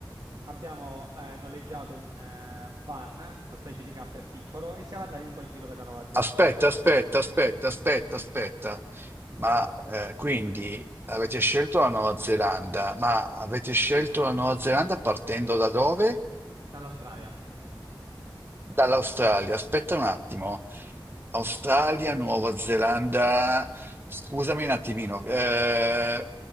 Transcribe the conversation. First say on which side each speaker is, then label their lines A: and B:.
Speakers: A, on the right (about 55°); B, on the right (about 25°).
A: abbiamo, eh, noleggiato un, eh, un van, una specie di camper piccolo, e siamo andati un po' in giro per la Nuova Zelanda.
B: aspetta,
A: Abbiamo-
B: aspetta, aspetta, aspetta, aspetta. Ma eh, quindi avete scelto la Nuova Zelanda, ma avete scelto la Nuova Zelanda partendo da dove?
A: Dall'Australia.
B: Dall'Australia. Aspetta un attimo. Australia, Nuova Zelanda. Scusami un attimino. eh,